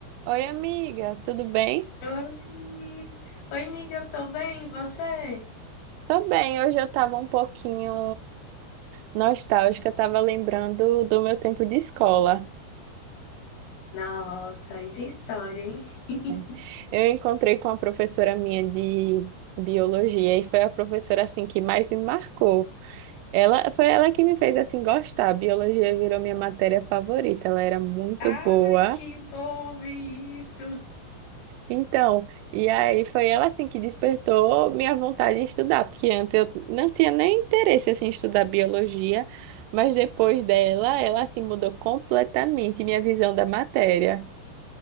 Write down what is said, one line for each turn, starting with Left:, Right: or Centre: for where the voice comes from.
Right: Oi, amiga, tudo bem?
Left: Oi, Oi, amiga, eu tô bem, e você?
Right: Tô bem, hoje eu tava um pouquinho nostálgica, eu tava lembrando do meu tempo de escola.
Left: Nossa, aí tem história, hein? <laughs>
Right: né? Eu encontrei com uma professora minha de biologia e foi a professora assim que mais me marcou. Ela foi ela que me fez assim gostar. A biologia virou minha matéria favorita. Ela era muito
Left: Ai,
Right: boa.
Left: que bom ouvir isso.
Right: Então, e aí foi ela assim que despertou minha vontade em estudar, porque antes eu não tinha nem interesse assim em estudar biologia, mas depois dela, ela assim mudou completamente minha visão da matéria.